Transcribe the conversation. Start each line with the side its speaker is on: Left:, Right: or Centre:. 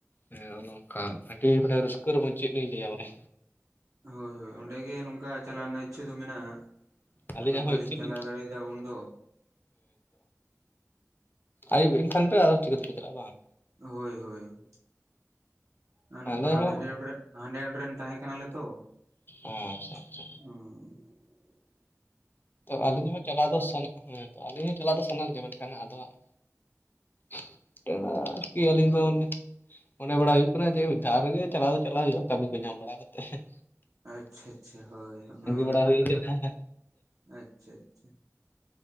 Left: ᱦᱮᱸ ᱱᱚᱠᱟ ᱟᱹᱰᱤ ᱢᱟᱱᱮ ᱨᱟᱹᱥᱠᱟᱹ ᱨᱚᱢᱚᱡ ᱪᱮᱫ ᱞᱤᱧ ᱞᱟᱹᱭᱟ ᱢᱟᱱᱮ
Right: ᱦᱳᱭ ᱦᱳᱭ ᱚᱸᱰᱮ ᱜᱮ ᱱᱚᱝᱠᱟ ᱪᱟᱞᱟᱣ ᱨᱮᱱᱟᱜ ᱤᱪᱪᱷᱟᱹ ᱫᱚ ᱢᱮᱱᱟᱜᱼᱟ
Left: ᱟᱹᱞᱤᱧᱟᱜ
Right: ᱟᱫᱚ ᱵᱟᱞᱤᱧ
Left: ᱦᱚᱸ ᱤᱪᱪᱷᱟᱹ
Right: ᱪᱟᱞᱟᱣ
Left: ᱫᱚ
Right: ᱫᱟᱲᱮᱭᱟᱫᱟ ᱩᱱᱫᱚ
Left: ᱟᱭᱩᱵ ᱮᱱᱠᱷᱟᱱ ᱫᱚ ᱟᱫᱚ ᱪᱤᱠᱟᱹᱛᱮ ᱯᱮ ᱪᱟᱞᱟᱜᱼᱟ ᱵᱟᱝ
Right: ᱦᱳᱭ ᱦᱳᱭ ᱟᱨ ᱱᱚᱝᱠᱟ
Left: ᱟᱞᱮ ᱦᱚᱸ
Right: ᱦᱟᱸᱰᱮ ᱱᱚᱸᱰᱮ ᱨᱮᱱ, ᱦᱟᱸᱰᱮ ᱱᱚᱸᱰᱮ ᱨᱮᱱ ᱛᱟᱦᱮᱸ ᱠᱟᱱᱟᱞᱮ ᱛᱚ
Left: ᱟᱪᱪᱷᱟ
Right: ᱩᱸ
Left: ᱟᱪᱪᱷᱟ ᱛᱚ ᱟᱹᱞᱤᱧ ᱦᱚᱸ ᱪᱟᱞᱟᱣ ᱫᱚ ᱥᱟᱱᱟ ᱦᱮᱸ‌ ᱛᱚ ᱟᱹᱞᱤᱧ ᱦᱚᱸ ᱪᱟᱞᱟᱣ ᱫᱚ ᱥᱟᱱᱟ ᱞᱤᱧᱟᱹ ᱢᱮᱱᱠᱷᱟᱱ ᱟᱫᱚ ᱦᱟᱸᱜ <unintelligible> ᱟᱨᱠᱤ ᱟᱹᱞᱤᱧ ᱫᱚ ᱢᱚᱱᱮ ᱢᱚᱱᱮ ᱵᱟᱲᱟ ᱦᱩᱭᱩᱜ ᱠᱟᱱᱟ ᱡᱮ ᱢᱤᱫ ᱫᱷᱟᱣ ᱨᱮᱜᱮ ᱪᱟᱞᱟᱣ ᱫᱚ ᱪᱟᱞᱟᱜ ᱦᱩᱭᱩᱜᱼᱟ ᱠᱟᱹᱢᱤ ᱠᱚ ᱧᱟᱢ ᱵᱟᱲᱟ ᱠᱟᱛᱮᱫ
Right: ᱟᱪᱪᱷᱟ ᱟᱪᱪᱷᱟ ᱦᱳᱭ ᱚᱱᱟ ᱦᱚᱸ
Left: ᱵᱟᱲᱟ
Right: ᱱᱟᱯᱟᱭ
Left: ᱦᱩᱭ
Right: ᱠᱟᱛᱷᱟ
Left: ᱠᱟᱱᱟ
Right: ᱠᱟᱱ ᱜᱮᱭᱟ, ᱟᱪᱷᱟ ᱟᱪᱷᱟ᱾